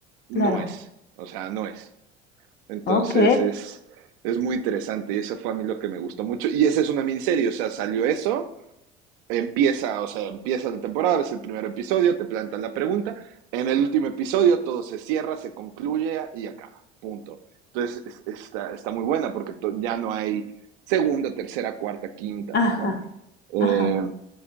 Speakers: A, on the right; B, on the left.
A: no
B: claro.
A: es. O sea, no es. Entonces
B: Ok.
A: es, es muy interesante y eso fue a mí lo que me gustó mucho. Y esa es una miniserie, o sea, salió eso empieza, o sea, empieza la temporada, es el primer episodio, te plantan la pregunta, en el último episodio todo se cierra, se concluye y acaba, punto. Entonces es- está, está muy buena porque to- ya no hay segunda, tercera, cuarta, quinta,
B: Ajá,
A: ¿no? Eh,
B: ajá.